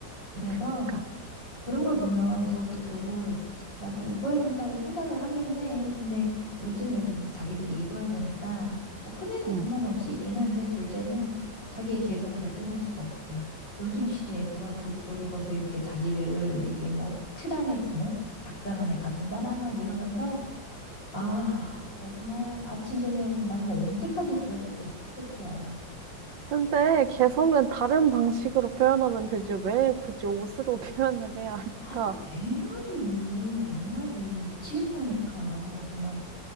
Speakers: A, on the left (about 75°); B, on the right (about 75°).
A: 그래서
B: 그니까.
A: 그런 걸 보면 더욱더 교복을 나도 입어야 된다고 생각을 하기는 해. 근데 요즘 애들이 이제 자기들이 입어야 되니까 뭐 큰애는
B: 응.
A: 불만 없이 입긴 한데 둘째는 자기의 개성을 다 표현할 수가 없대. 요즘 시대에 누가 교복을 입어서 이렇게 자기를 이게 뭐 틀 안에 뭐 닭장 안에 가둔다나 막 이러면서 아 정말 아침 저녁으로 나 이거 언제까지 들어야 될지 스트레스야.
B: 근데 개성은 다른 방식으로 표현하면 되지. 왜 굳이 옷으로 <laughs> 표현을 해야 할까?
A: 아니, 네 마리, 네 마리. 미치겠다니까. 정말.